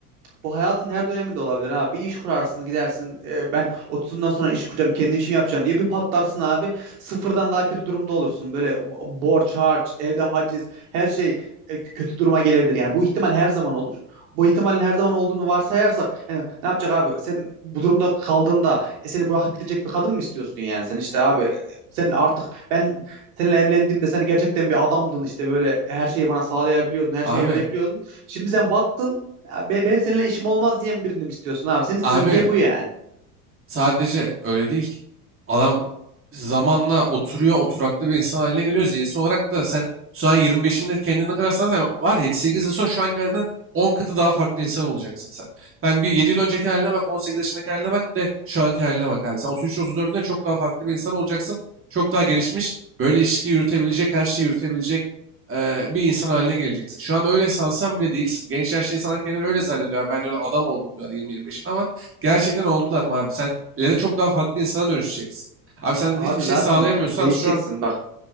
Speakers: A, on the right; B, on the right.
A: bu hayatın her döneminde olabilir abi. Bir iş kurarsın gidersin e, ben 30'umdan sonra iş kuracağım kendi işimi yapacağım diye bir patlarsın abi. Sıfırdan daha kötü durumda olursun. Böyle bo- borç harç evde haciz her şey e, kötü duruma gelebilir. Yani bu ihtimal her zaman olur. Bu ihtimalin her zaman olduğunu varsayarsak yani ne yapacak abi? Sen bu durumda kaldığında e, seni bırakıp gidecek bir kadın mı istiyorsun yani? Sen işte abi e, sen artık ben seninle evlendiğimde sen gerçekten bir adamdın işte böyle her şeyi bana sağlayabiliyordun, her
B: Abi,
A: şeyi verebiliyordun. Şimdi sen battın. Ya be- benim seninle işim olmaz diyen birini mi istiyorsun abi? Senin istediğin
B: abi
A: şey bu yani.
B: Sadece öyle değil ki. Adam zamanla oturuyor, oturaklı bir insan haline geliyor. Zihinsel olarak da sen şu an 25'inde kendine ne kadar sanırsan var yedi 8 yıl sonra şu anki halinden 10 katı daha farklı insan olacaksın sen. Sen bir 7 yıl önceki haline bak, 18 yaşındaki haline bak de şu anki haline bak abi. Sen 33-34'ünde çok daha farklı bir insan olacaksın. Çok daha gelişmiş, böyle ilişki yürütebilecek, her şeyi yürütebilecek eee, bir insan haline geleceksin. Şu an öyle sansan bile değilsin. Genç yaşlı insanlar kendini öyle zannediyor. Ben diyorlar adam oldum diyorlar 20-25'in ama gerçekten oldular mı abi? Sen İleride çok daha farklı insana dönüşeceksin. Abi sen
A: Abi
B: hiçbir şey
A: zaten
B: sağlayamıyorsan
A: de- değişeceksin
B: şu an
A: bak.